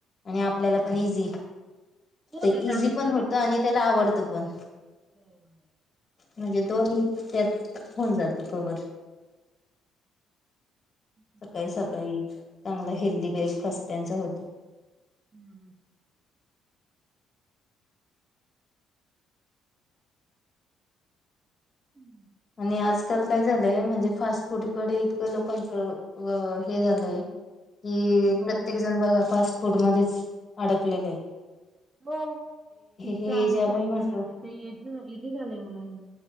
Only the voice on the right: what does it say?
हो
तर
आहेच
हो.
चालेल.
हं,
हं, हं. हम्म,
लक्ष हो
हो पिझ्झा
चायनीज
इथे इजि - इजि झालंय मुलांला ना.